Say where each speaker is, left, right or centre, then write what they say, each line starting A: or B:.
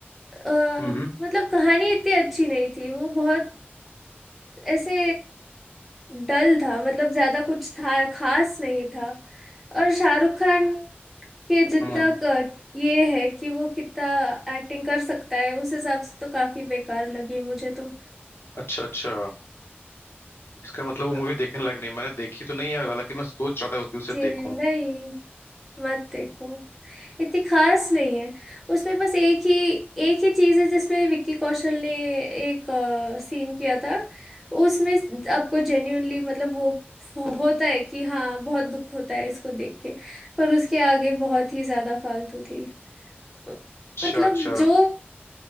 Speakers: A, in the centre; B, on the left.
A: अ,
B: हम्म
A: मतलब कहानी इतनी अच्छी नहीं थी वो बहुत ऐसे डल था मतलब ज्यादा कुछ था खास नहीं था और शाहरुख खान के जितना
B: हम्म
A: क- ये है कि वो कितना एक्टिंग कर सकता है उस हिसाब से तो काफी बेकार लगी मुझे तो
B: अच्छा अच्छा इसका मतलब वो
A: हाँ,
B: मूवी देखने लायक नहीं है। मैंने देखी तो नहीं है हालांकि मैं सोच रहा था कि उसे
A: जी
B: देखूं
A: नहीं मत देखो इतनी खास नहीं है उसमें बस एक ही एक ही चीज़ है जिसमें विक्की कौशल ने एक सीन किया था उसमें आपको जेन्यूनली मतलब वो फ- होता है कि हाँ बहुत दुख होता है इसको देख के पर उसके आगे बहुत ही ज़्यादा फालतू थी अ,
B: अच्छा
A: मतलब
B: अच्छा
A: जो